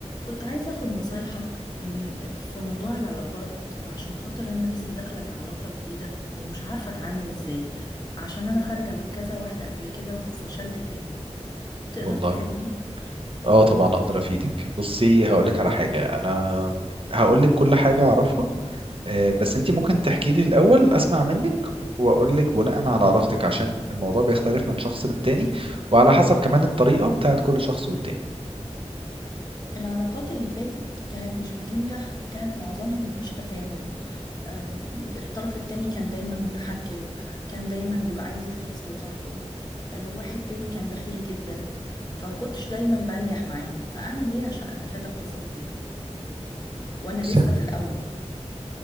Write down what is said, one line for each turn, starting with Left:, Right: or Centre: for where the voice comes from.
Left: كنت عايزة أخد نصايحك إن في موضوع العلاقات عشان خاطر أنا لسه داخلة في علاقة جديدة ومش عارفة أتعامل إزاي عشان أنا خارجة من كذا واحدة قبل كده وفشلت فيهم تقدر
Right: والله
Left: تفيدني؟
Right: اه طبعا اقدر افيدك بصي هقول لك على حاجه انا هقول لك كل حاجه اعرفها آه، بس انت ممكن تحكي لي الاول اسمع منك واقول لك بناء على علاقتك عشان الموضوع بيختلف من شخص للتاني وعلى حسب كمان الطريقه بتاعت كل شخص والتاني
Left: العلاقات اللي فاتت كانت مش بتنجح كانت معظمها مفيش تفاهم أم، الطرف التاني كان دايما متحكم كان دايما بيبقى عايز يفرض سيطرته أه، واحد تاني كان بخيل جدا فمكنتش دايما بنجح معاهم فأعمل إيه عشان أتفادى القصص دي؟ وأنا
Right: بصي
Left: لسه
Right: ه-
Left: في الأول